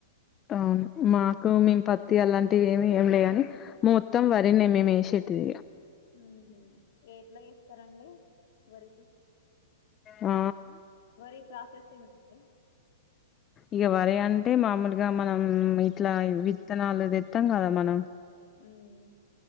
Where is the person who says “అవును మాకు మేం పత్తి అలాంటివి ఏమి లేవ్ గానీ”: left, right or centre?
Left